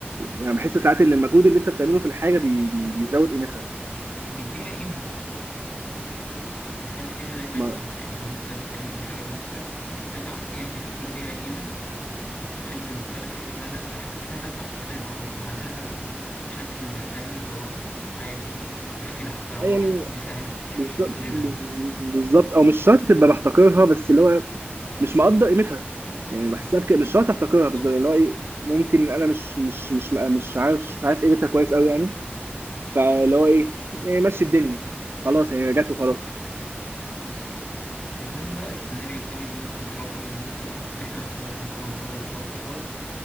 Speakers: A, on the right; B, on the left.
A: يعني بحس ساعات ان المجهود اللي انت بتعمله في الحاجه بي... بي... بيزود قيمتها
B: بيديها قيمة بيخلي ليها دايما
A: ما...
B: قيمة يعني إن أنت تعمل حاجة بنفسك وبتتعب فيها بيكون ليها قيمة ما بتبقاش بالنسبة لك حاجة سهلة انت الحاجة السهلة بتحتقرها او بتعاملها بشكل فاهم اللي هو عادي يعني مش مشكلة حتى لو
A: يعني
B: راحت دي سهلة هجيب
A: بالظبط
B: غيرها
A: بالظ-
B: مثلا
A: بالظبط او مش شرط تبقى بحتقرها بس اللي هو مش مقدر قيمتها يعني بحسها
B: آه،
A: بكده مش شرط احتقرها
B: بالظبط
A: بالظبط اللي هو ايه ممكن انا مش مش مش مش عارف مش عارف قيمتها كويس قوي يعني فاللي هو ايه إيه، مشي الدنيا خلاص يعني رجعت وخلاص
B: بالظبط انما بقى السيناريو التاني اللي انت بتروح له ان انت ان احنا خلصنا كل مصادر الطاقة دوت